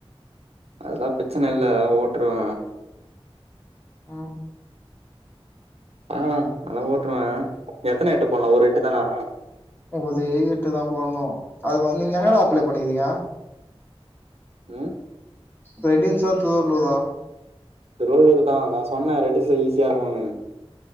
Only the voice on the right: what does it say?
அதெல்லா பிரச்சன இல்ல ஓட்ருவ
பாக்கலா அல ஓட்ருவ எத்தன எட்டு போனு ஒரு எட்டு தானா
ம்
திருவள்ளூர்தா நா சொன்னே ரெட்டில்ஸ்ல ஈஸியா இருகுனு